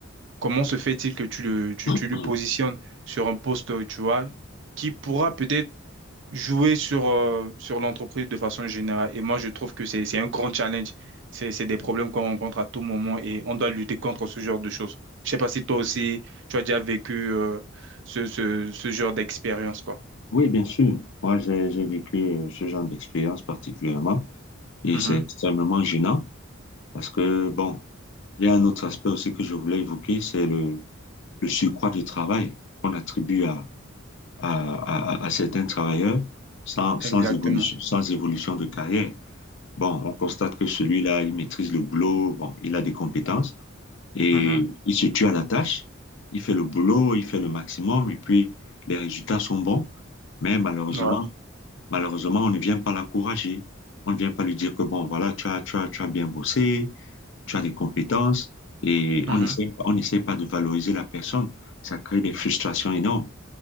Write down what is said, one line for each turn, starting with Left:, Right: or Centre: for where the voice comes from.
Right: Comment se fait-il que tu le, tu,
Left: <clears throat>
Right: tu lui positionnes sur un poste, tu vois, qui pourra peut-être jouer sur, euh, sur l'entreprise de façon générale. Et moi, je trouve que c'est, c'est un grand challenge. C'est, c'est des problèmes
Left: Mhm.
Right: qu'on rencontre à tout moment et on doit lutter contre ce genre de choses. Je sais pas si toi aussi, tu as déjà vécu, euh, ce, ce, ce genre d'expérience, quoi.
Left: Oui, bien sûr. Moi, j'ai j'ai vécu euh, ce genre d'expérience particulièrement et
Right: Mhm.
Left: c'est extrêmement gênant parce que, bon, il y a un autre aspect aussi que je voulais évoquer, c'est le, le surcroît de travail qu'on attribue à, à, à- à certains travailleurs sans, sans
Right: Exactement.
Left: évolution, sans évolution de carrière. Bon, on constate que celui-là, il maîtrise le boulot, bon, il a des compétences et
Right: Mhm.
Left: il se tue à la tâche. Il fait le boulot, il fait le maximum et puis les résultats sont bons. Mais Mhm. malheureusement,
Right: Ouais.
Left: Malheureusement, on ne vient pas l'encourager. On ne vient pas lui dire que, bon, voilà, tu as, tu as, tu as bien bossé, tu as des compétences, et
Right: Mhm.
Left: on n'essaie on n'essaie pas de valoriser la personne. Ça crée des frustrations énormes.